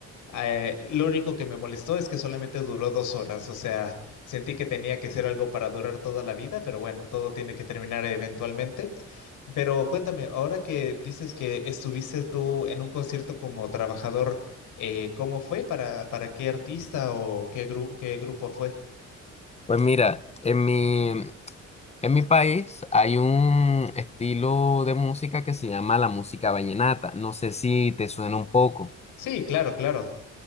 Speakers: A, on the left; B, on the left.
A: Eh, lo único que me molestó es que solamente duró dos horas, o sea, sentí que tenía que ser algo para durar toda la vida, pero bueno, todo tiene que terminar eventualmente. Pero cuéntame, ahora que dices que estuviste tú en un concierto como trabajador, eh, ¿cómo fue? ¿Para, para qué artista o qué gru- qué grupo fue?
B: Pues mira, en mi, en mi país hay un estilo de música que se llama la música vallenata. No sé si te suena un poco.
A: Sí, claro, claro.